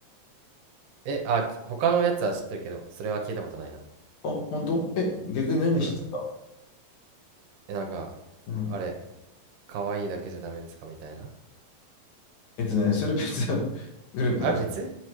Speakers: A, on the right; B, on the left.
A: え、あ、き他のやつは知ってるけど、それは聞いたことないな。
B: あ、本当え、逆に何してた
A: うんうん。え、なんか、
B: うん。
A: あれ、可愛いだけじゃダメですかみたいな。
B: えっとね、それ別の <laughs> グループだと。
A: あ、別